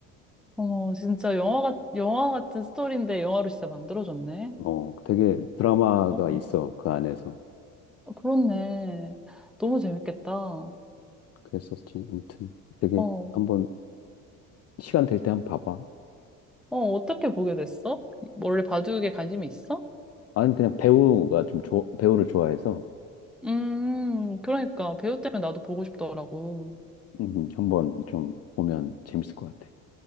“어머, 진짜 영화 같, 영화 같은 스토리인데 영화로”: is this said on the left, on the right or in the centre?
Centre